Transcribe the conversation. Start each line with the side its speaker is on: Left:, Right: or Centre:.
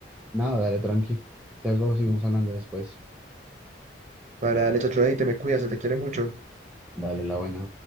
Centre: Nada, dale tranqui. Si algo seguimos hablando después.
Right: Para el chacho, ahí te me cuidas, se te quiere mucho.
Centre: Dale la buena.